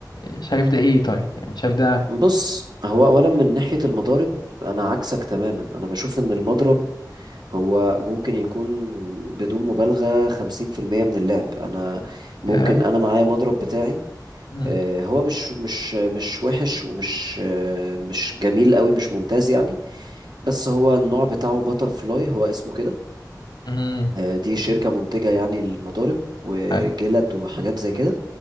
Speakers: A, on the left; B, on the right.
A: وشايف ده ايه طيب يعني شايف ده
B: بص هو اولا من ناحية المضارب انا عكسك تماما انا بشوف ان المضرب هو ممكن يكون بدون مبالغة خمسين في المية من اللعب أنا ممكن
A: ياه.
B: أنا معايا مضرب بتاعي
A: مم.
B: آه، هو مش مش مش وحش ومش آه، مش جميل قوي مش ممتاز يعني بس هو النوع بتاعه باتر فلاي هو اسمه كده
A: مم.
B: آه، دي شركة منتجة يعني المضارب وجلد
A: أي.
B: وحاجات زي كده